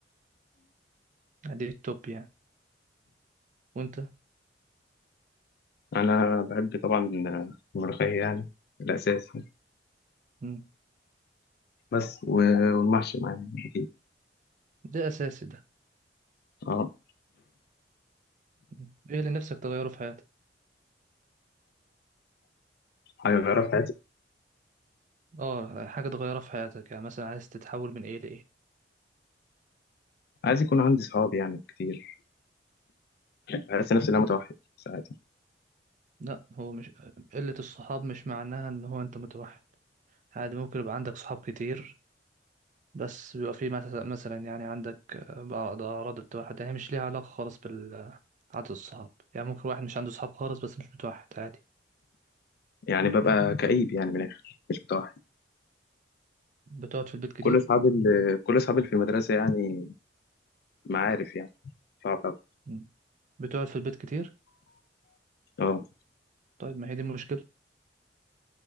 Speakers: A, on the right (about 45°); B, on the left (about 60°).
A: دي التوب يعني وانت
B: انا بحب طبعا الملوخيه يعني الاساسي
A: مم.
B: بس و- والمحشي معايا اكيد
A: ده اساسي ده
B: اه
A: مم. ايه اللي نفسك تغيره في حياتك
B: هيعرف
A: اه حاجة تغيرها في حياتك يعني مثلا عايز تتحول من ايه لايه
B: عايز يكون عندي صحاب يعني كتير بحس نفسي إن أنا متوحد ساعات
A: لا هو مش قلة الصحاب مش معناها ان هو انت متوحد عادي ممكن يبقى عندك صحاب كتير بس بيبقى في مس- مثلا يعني عندك آه، بعض أعراض التوحد يعني مش ليها علاقة خالص بال عدد الصحاب يعني ممكن واحد مش عنده صحاب خالص بس مش متوحد عادي
B: يعني ببقى كئيب يعني من الآخر مش متوحد
A: بتقعد في البيت كتير
B: كل أصحابي ال- كل أصحابي اللي في المدرسة يعني معارف يعني صعب أوي
A: مم. بتقعد في البيت كتير
B: أه
A: طيب ما هي دي المشكلة